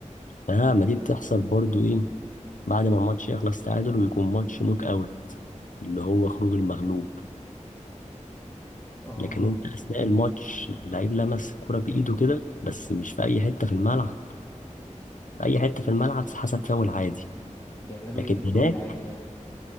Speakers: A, on the left; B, on the left.
A: اه ما دي بتحصل برضو ايه بعد ما الماتش يخلص تعادل ويكون ماتش نوك اوت اللي هو خروج المغلوب
B: اه
A: لكن انت اثناء الماتش لو اللعيب لمس الكرة بايده كده بس مش في اي حته في الملعب في اي حته في الملعب حسب فاول عادي
B: بيعملوا
A: لكن
B: ايه في الفاول
A: هناك
B: العادي ده